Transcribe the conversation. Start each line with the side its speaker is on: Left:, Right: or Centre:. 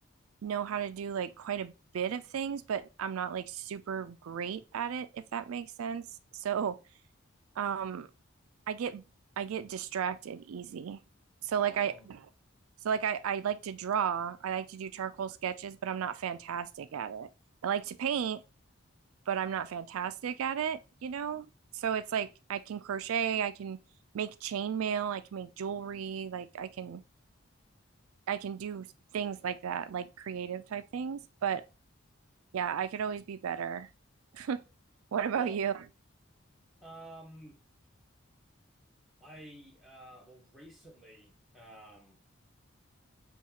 Right: know how to do like quite a bit of things, but I'm not like super great at it, if that makes sense. So, um, I get I get distracted easy. So
Centre: Oh,
Right: like I so like I, I like to draw. I like to do charcoal sketches, but I'm not fantastic at it. I like to paint, but I'm not fantastic at it, you know? So it's like I can crochet, I can make chainmail, I can make jewelry, like I can I can do things like that, like creative type things. But yeah, I could always be better. <laughs> What about
Centre: well,
Right: you?
Centre: um, I uh, well, recently, um,